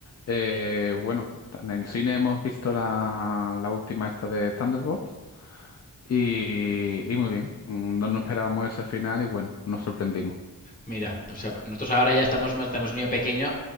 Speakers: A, on the left; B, on the left.
A: Eh, bueno, en el cine hemos visto la, la última esta de Thunderbolts y, y muy bien. Mm, No nos esperábamos ese final y bueno, nos sorprendimos.
B: Mira, o sea, nosotros ahora ya estamos más, tenemos un niño pequeño